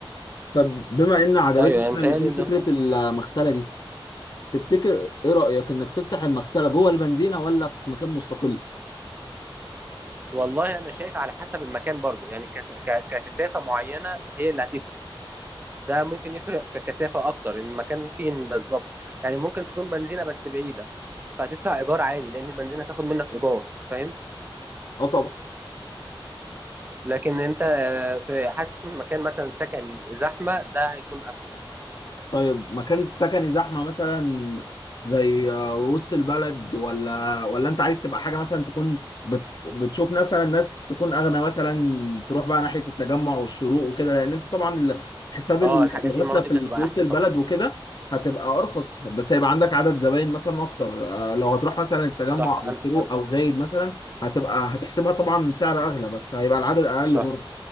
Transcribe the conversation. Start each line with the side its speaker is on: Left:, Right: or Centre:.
Left: طب بما ان عجبتنا
Right: ايوه يعني
Left: احنا
Right: متهيألي
Left: الاثنين
Right: انه
Left: فكره المغسله دي تفتكر ايه رايك انك تفتح المغسله جوه البنزينه ولا في مكان مستقل
Right: والله انا شايف على حسب المكان برضو يعني كس... ك... ككثافه معينه هي اللي هتفرق ده ممكن يفرق ككثافة أكتر إن المكان فين بالظبط يعني ممكن تكون بنزينة بس بعيدة فهتدفع إيجار عالي لأن البنزينة هتاخد منك إيجار فاهم
Left: اه طبعا
Right: لكن أنت آه، في حاسس إن مكان مثلا سكني زحمة ده هيكون أفيد
Left: طيب مكان سكني زحمة مثلا زي آه، وسط البلد ولا ولا انت عايز تبقى حاجة مثلا تكون بت بتشوف مثلا ناس تكون اغنى مثلا تروح بقى ناحية التجمع والشروق وكده لان انت طبعا ال- حساب ال-
Right: أه الحاجات
Left: الغسلة
Right: دي المناطق
Left: في
Right: دي
Left: ال-
Right: هتبقى
Left: في وسط
Right: أحسن
Left: البلد
Right: طبعا
Left: وكده هتبقى ارخص بس هيبقى عندك عدد زباين مثلا اكتر آه، لو هتروح مثلا التجمع
Right: صح أنا
Left: او الشروق
Right: أنا
Left: او زايد مثلا هتبقى هتحسبها طبعا سعر اغلى بس هيبقى العدد اقل
Right: صح
Left: برضه